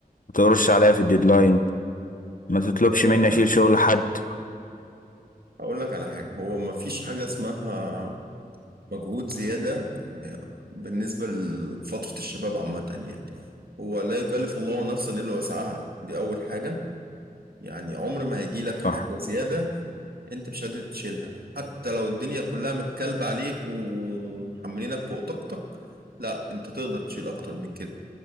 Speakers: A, on the left; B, on the right.
A: ما تقرش عليا في الديدلاين ما تطلبش
B: هقول لك
A: مني
B: على
A: أشيل
B: حاجة
A: شغل حد
B: هقول لك على حاجة هو مفيش حاجة اسمها مجهود زيادة بالنسبة لفترة الشباب عامة يعني هو لا يكلف الله نفسا إلا وسعها دي أول حاجة يعني عمر ما هيجي لك حاجة
A: صح
B: زيادة أنت مش قادر تشيلها حتى لو الدنيا كلها متكلبة عليك ومحملينك فوق طاقتك لا أنت تقدر تشيل أكتر من كده